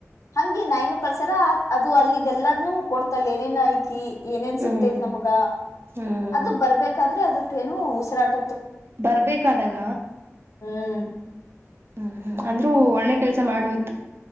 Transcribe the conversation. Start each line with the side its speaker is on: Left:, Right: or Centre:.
Left: ಹಗೆ ನೈನ್ ಕಲ್ಸರ ಅದು ಅಲ್ಲಿ ಎಲ್ಲದನು ಕೊಡ್ತಲ್ಲ ಏನೇನ್ ಐತಿ ಏನೇನ್
Right: ಹ್ಮ್
Left: ಸಿಗ್ತೈತಿ ನಮ್ಗ
Right: ಹ್ಮ್
Left: ಅದು ಬರ್ಬೇಕಾದ್ರೆ ಅದಕ್ಕೇಏನು ಉಸಿರಾಟ
Right: ಬರ್ಬೇಕಾದಾಗ
Left: ಹ್ಮ್
Right: ಹ್ಮ್ ಹ್ಮ್ ಅಂದ್ರೂ ಒಳ್ಳೆ ಕೆಲ್ಸ ಮಾಡೋಯ್ತು